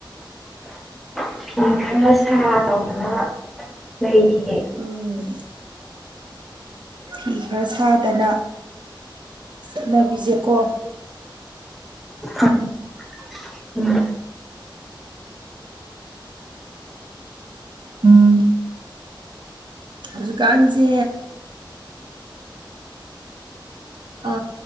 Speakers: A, in the centre; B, on the right (about 65°).
A: <unintelligible> ꯐꯤ ꯈꯔ ꯁꯥ ꯇꯧꯗꯨꯅ ꯂꯩꯔꯤꯌꯦ
B: ꯎꯝ ꯐꯤ ꯈꯔ ꯁꯥꯗꯅ ꯆꯠꯅꯕꯤꯁꯦꯀꯣ
A: ꯑꯝ ꯎꯝꯝ
B: ꯎꯝ <inaudible> ꯍꯧꯖꯤꯛꯀꯥꯟꯁꯦ ꯑ